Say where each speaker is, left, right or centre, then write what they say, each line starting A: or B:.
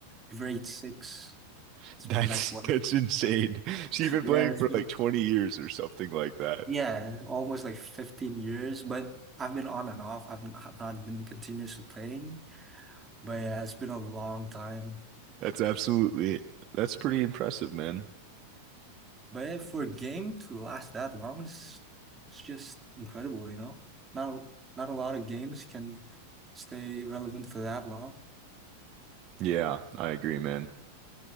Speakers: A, on the right; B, on the right.
A: grade six.
B: <laughs>
A: It's
B: That's
A: been like what?
B: that's insane. <laughs> So you've been
A: Yeah,
B: playing
A: it's
B: for
A: been
B: like 20 years or something like that.
A: yeah, almost like 15 years. But I've been on and off. I've I've not been continuously playing. But yeah, it's been a long time.
B: That's absolutely that's pretty impressive, man.
A: But yeah, for a game to last that long is it's just incredible, you know? Not not a lot of games can stay relevant for that long.
B: Yeah, I agree, man.